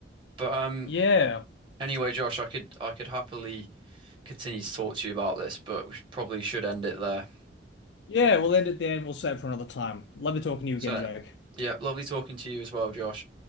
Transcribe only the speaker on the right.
But um.
Anyway, Josh, I could I could happily continue to talk to you about this, but we probably should end it there.
So,
yeah, lovely talking to you as well, Josh.